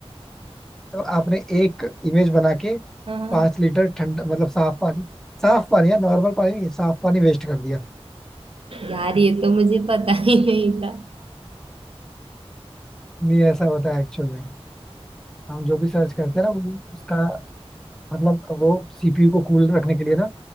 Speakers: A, in the centre; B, on the right (about 60°).
A: तो आपने एक इमेज बना के
B: हाँ
A: पांच लीटर ठंडा मतलब साफ पानी साफ पानी या नॉर्मल पानी नहीं साफ पानी वेस्ट कर दिया
B: यार ये तो मुझे पता ही नहीं था
A: नहीं ऐसा होता है एक्चुअल में हम जो भी सर्च करते हैं ना वो उसका मतलब वो सीपीयू को कूल रखने के लिए ना